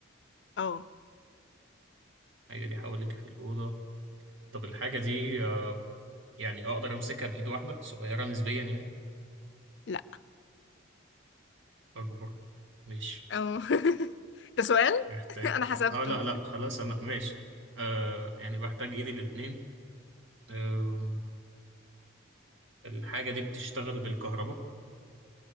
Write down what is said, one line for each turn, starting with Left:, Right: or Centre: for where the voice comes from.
Left: أو
Right: الحاجه دي حواليكي في الاوضه طب الحاجه دي آه، يعني اقدر امسكها بايد واحده صغيره نسبيا يعني
Left: لا
Right: اكبر ماشي
Left: أو <laughs> ده سؤال
Right: محتاج
Left: <laughs> أنا حسبته
Right: اه لا لا خلاص انا ماشي آه يعني بحتاج ايدي الاتنين آه الحاجه دي بتشتغل بالكهرباء